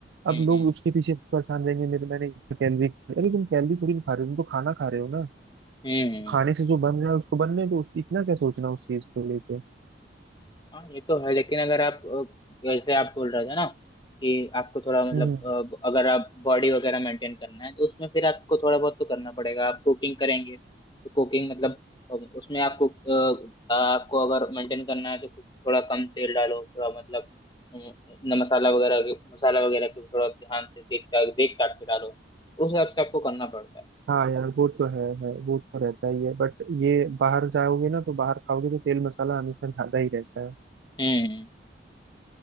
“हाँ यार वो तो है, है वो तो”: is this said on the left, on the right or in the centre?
Right